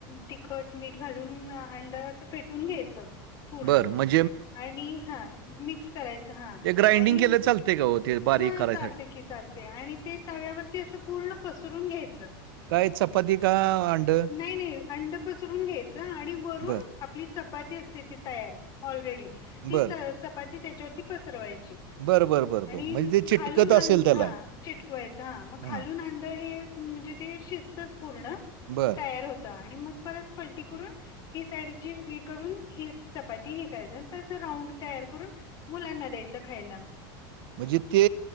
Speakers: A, on the left; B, on the right.
A: तिखट, मीठ घालून अंड अस फेटून घ्यायचं. पूर्ण
B: बरं म्हण
A: आणि हा मिक्स करायच. हा
B: ते ग्राइंडिंग
A: आणि
B: केलं चालतंय का हो ते बारीक
A: हा
B: करायसाठी?
A: चालते की, चाल ते आणि ते तव्यावरती अस पूर्ण पसरून घ्यायचं.
B: काय चपाती का अंडं?
A: नाही नाही अंड पसरून घ्यायचं आणि वरून
B: बरं,
A: आपली चपाती असते ती तयार ऑलरेडी, ती
B: बरं.
A: च चपाती त्याच्यावरती पसरवायची.
B: बरं बरं. बरं,
A: आणि
B: बरं. म्हणजे ते चिटकत
A: खालून अंड
B: असेल त्याला.
A: हा चिटकवायच. हा मग खालून
B: हां,
A: अंड हे म्हणजे ते शि जतच पूर्ण
B: बरं.
A: तयार होत आणि मग परत पलटी करून ही साईडची विकडून ही चपाती <unintelligible> राऊंड तयार करून मुलांना द्यायचं खायला.
B: म्हणजे ते